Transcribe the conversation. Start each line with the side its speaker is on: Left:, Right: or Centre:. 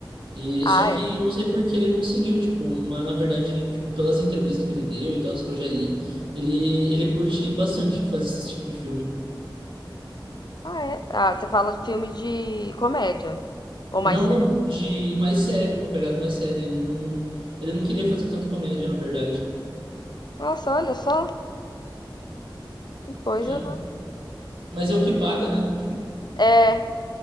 Right: E
Left: Ah,
Right: só que
Left: é.
Right: eu não sei por que ele não seguiu, tipo, mas na verdade, tipo, pelas entrevistas que ele deu e tal, as que eu já li, ele, ele curte bastante fazer esse tipo de filme.
Left: Ah, é. Ah, você fala de filme de comédia. Ou mais
Right: Não,
Left: sério.
Right: não, de mais sério, uma pegada mais séria. Ele não, ele não queria fazer tanto comédia, na verdade.
Left: Nossa, olha só, que coisa.
Right: É,
Left: né?
Right: mas é o que paga, né?
Left: É,